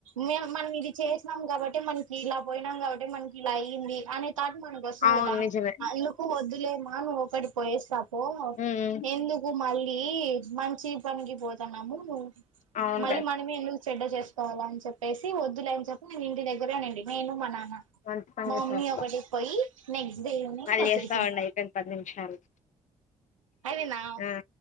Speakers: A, on the right; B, on the left.
A: మే మనం ఇది చేసినాం కాబట్టే మన్ ఇలా పోయినాం కాబట్టే మనకి ఇలా అయ్యింది అనే తాట్ మనకు వస్తుంది
B: అవును
A: కదా
B: నిజమే
A: ఇందుకు వద్దు లే మా నువ్ ఒక్కటి పోయేసి రా పో
B: ఉమ్ ఉమ్,
A: ఎందుకు మళ్ టీ మంచి పనికి పోతాన్నాము
B: అవును
A: మళ్ళీ
B: రా
A: మనమే ఎందుకు చెడ్డ చేస్ తో అని చెప్పసి వద్దులే అని చెప్పి నేను ఇంటి దగ్గిరేనేండి నేను మా నాన్న
B: మంచి పని
A: మా
B: చేసావ్
A: మమ్మీ ఒకటి పొయ్యి నెక్స్ట్ డే ఈవెనింగ్
B: మళ్ళీ
A: కొచ్చేసింది
B: చేస్తా ఉండు అయిపోయింది పది నిమిషాలు
A: అవి నావ్
B: ఆ